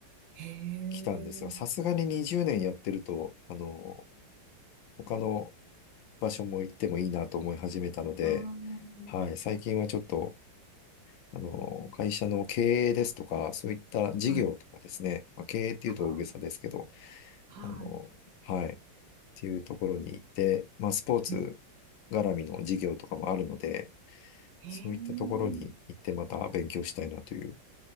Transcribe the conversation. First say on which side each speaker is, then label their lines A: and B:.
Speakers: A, on the right; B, on the left.
A: へえ。
B: 来たんですが、さすがに20年やってると、あの、他の場所も行ってもいいなと思い始めたので、
A: ああ、
B: はい、最近はちょっとあの、会社の経営ですとか、そういった事業とかですね、
A: はい。
B: まあ、経営っていうと大げさですけど、
A: ああ、
B: あの、
A: は
B: はい、っていうところに行って、まあ、スポーツ
A: い。うん
B: 絡みの事業とかもあるので、
A: へえ。
B: そういったところに行ってまた勉強したいなという